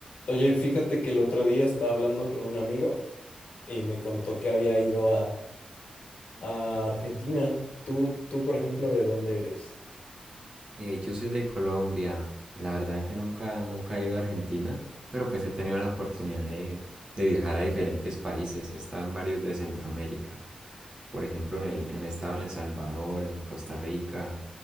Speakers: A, on the left; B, on the right.
A: Oye, fíjate que el otro día estaba hablando con un amigo y me contó que había ido a, a Argentina. Tú, tú, por ejemplo, ¿de dónde eres?
B: Eh, yo soy de Colombia. La verdad que nunca, nunca he ido a Argentina, pero pues he tenido la oportunidad de, de viajar a diferentes países. He estado en varios de Centroamérica. Por ejemplo, en el, en he estado en El Salvador, en Costa Rica,